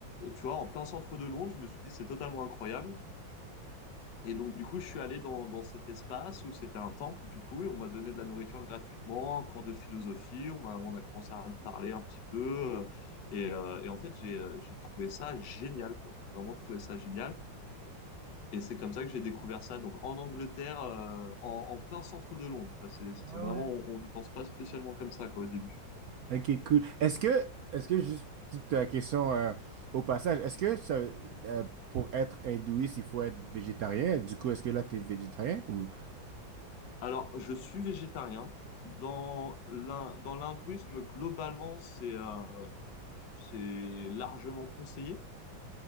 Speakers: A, on the left; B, on the right.
A: tu vois, en plein centre de Londres, je me suis dit c'est totalement incroyable. Et donc du coup, je suis allé dans, dans cet espace où c'était un temple du coup et on m'a donné de la nourriture gratuitement, un cours de philosophie, on m'a- on a commencé à me parler un petit peu euh, et, euh, et en fait j'ai euh, j'ai trouvé ça génial quoi. J'ai vraiment trouvé ça génial. Et c'est comme ça que j'ai découvert ça. Donc en Angleterre, euh, en, en plein centre de Londres. quoi. C'est c'est
B: Ah
A: vraiment,
B: ouais.
A: on n'y pense pas spécialement comme ça quoi, au début.
B: Ouais. Ok, cool. Est-ce que, est-ce que juste petite euh, question euh, au passage, est-ce que ça, euh, pour être hindouiste, il faut être végétarien? Du coup, est-ce que là, tu es végétarien ou
A: Alors je suis végétarien. Dans l'hin- dans l'hindouisme, globalement, c'est euh, c'est largement conseillé.